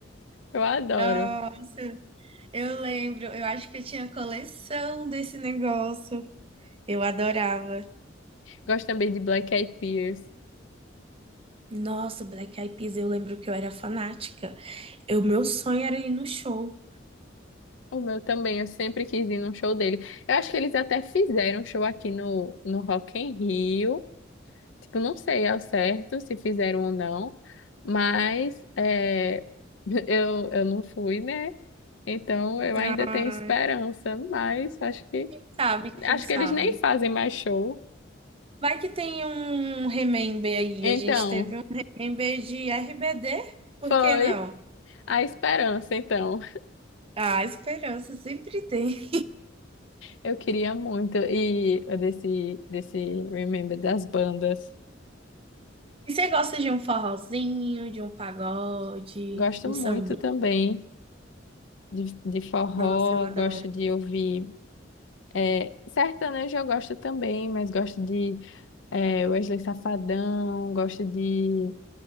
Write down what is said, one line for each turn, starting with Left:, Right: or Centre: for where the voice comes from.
Left: Eu adoro.
Right: Nossa, eu lembro. Eu acho que eu tinha coleção desse negócio. Eu adorava.
Left: Gosto também de Black Eyed Peas.
Right: Nossa, Black Eyed Peas, eu lembro que eu era fanática. O meu sonho era ir no show.
Left: O meu também, eu sempre quis ir num show dele. Eu acho que eles até fizeram um show aqui no, no Rock in Rio. Tipo, não sei ao certo se fizeram ou não, mas é, <laughs> eu, eu não fui, né? Então eu
Right: Ah,
Left: ainda tenho esperança, mas acho que
Right: sabe, quem
Left: acho
Right: sabe?
Left: que eles nem fazem mais show.
Right: Vai que tem um remember aí.
Left: Então,
Right: A gente teve um remember de RBD, por
Left: foi
Right: que não?
Left: a esperança, então.
Right: Ah, esperança sempre tem.
Left: Eu queria muito e desse desse Remember das bandas.
Right: E você gosta de um forrozinho, de um pagode,
Left: Gosto
Right: um
Left: muito
Right: samba?
Left: também de, de forró,
Right: Nossa, eu adoro.
Left: gosto de ouvir. É, sertanejo eu gosto também, mas gosto de é, Wesley Safadão, gosto de.